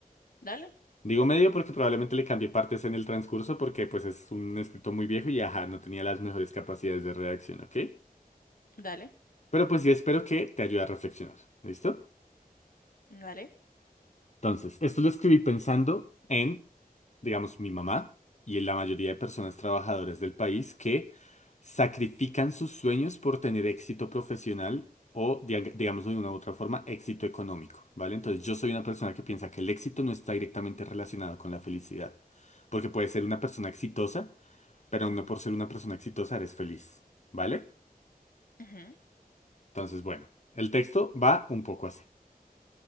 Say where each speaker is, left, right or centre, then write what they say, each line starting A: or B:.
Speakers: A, on the left; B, on the left.
A: Dale,
B: Digo medio porque probablemente le cambié partes en el transcurso porque pues es un escrito muy viejo y ajá, no tenía las mejores capacidades de redacción, ¿ok?
A: dale,
B: Pero pues sí espero que te ayude a reflexionar, ¿listo?
A: dale.
B: Entonces, esto lo escribí pensando en digamos, mi mamá y la mayoría de personas trabajadoras del país que sacrifican sus sueños por tener éxito profesional o, diag- digamos, de una u otra forma, éxito económico, ¿vale? Entonces, yo soy una persona que piensa que el éxito no está directamente relacionado con la felicidad, porque puedes ser una persona exitosa, pero no por ser una persona exitosa eres feliz, ¿vale?
A: ujú.
B: Entonces, bueno, el texto va un poco así.